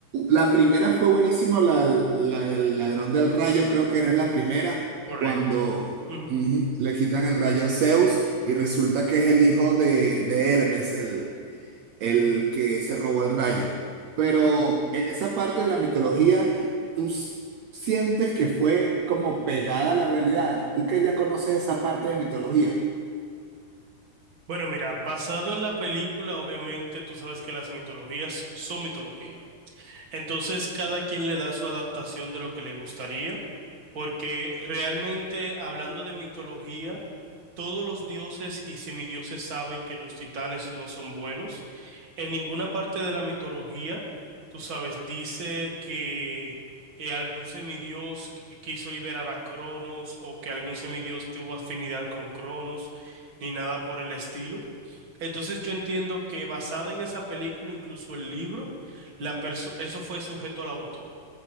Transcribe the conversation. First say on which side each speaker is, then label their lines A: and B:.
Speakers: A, on the right; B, on the right.
A: la primera fue buenísima, la, la del ladrón del rayo, creo que era la primera,
B: Correcto.
A: cuando
B: Ujú.
A: ujú, le quitan el rayo a Zeus y resulta que es el hijo de, de Hermes, el el que se robó el rayo. Pero en esa parte de la mitología, tú s- sientes que fue como pegada a la realidad. Tú que ya conoces esa parte de mitología.
B: Bueno, mira, basado en la película, obviamente tú sabes que las mitologías son mitología. Entonces, cada quien le da su adaptación de lo que le gustaría, porque realmente hablando de mitología, todos los dioses y semidioses saben que los titanes no son buenos. En ninguna parte de la mitología, tú sabes, dice que eh, algún semidios qu- quiso liberar a Cronos o que algún semidios tuvo afinidad con Cronos, ni nada por el estilo. Entonces yo entiendo que basada en esa película, incluso el libro, la perso- eso fue sujeto al autor